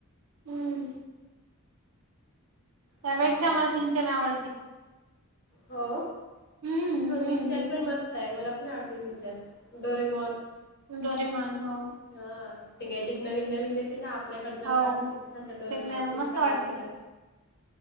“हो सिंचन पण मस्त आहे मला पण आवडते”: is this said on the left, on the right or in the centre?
Left